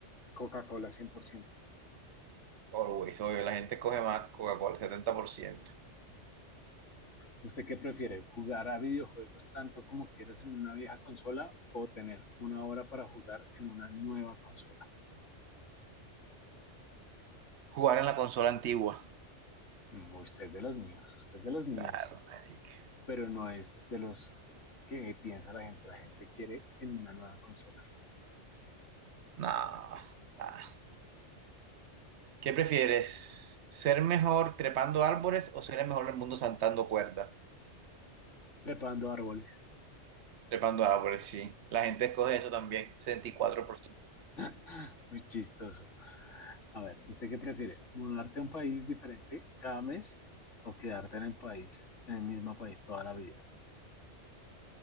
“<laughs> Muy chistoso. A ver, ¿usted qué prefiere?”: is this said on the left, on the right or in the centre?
Left